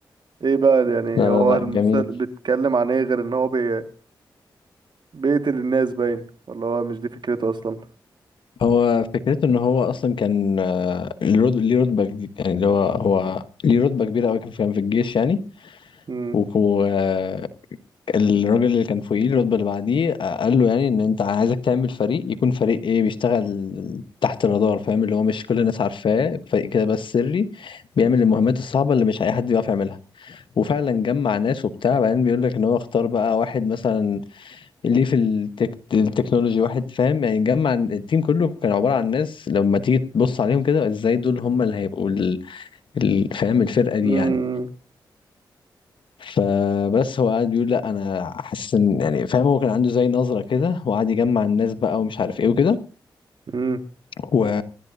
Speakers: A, on the right; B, on the left.
A: ايه بقى يعني
B: لا
A: هو
B: لا لا
A: المسلسل
B: جميل
A: بيتكلم عن ايه غير ان هو بي... بيقتل الناس باين ولا هو مش دي فكرته اصلا
B: هو فكرته ان هو اصلا كان آه، ليه رت- ليه رتبة جديدة يعني اللي هو هو ليه رتبة كبيرة قوي كان في كان في الجيش يعني
A: امم
B: وكان الراجل اللي كان فوقيه الرتبة اللي بعديه آه، قال له يعني ان انت عايزك تعمل فريق يكون فريق ايه بيشتغل تحت الرادار فاهم اللي هو مش كل الناس عارفاه فريق كده بس سري بيعمل المهمات الصعبة اللي مش اي حد بيعرف يعملها وفعلا جمع ناس وبتاع بعدين بيقول لك ان هو اختار بقى واحد مثلا ليه في التك... التكنولوجي واحد فاهم يعني جمع التيم كله كان عبارة عن ناس لما تيجي تبص عليهم كده ازاي دول هم اللي هيبقوا ال... ال... فاهم الفرقة دي
A: امم
B: يعني فبس هو قاعد بيقول لا انا حاسس ان يعني فاهم هو كان عنده زي نظره كده وقعد يجمع الناس بقى ومش عارف ايه وكده
A: امم
B: و...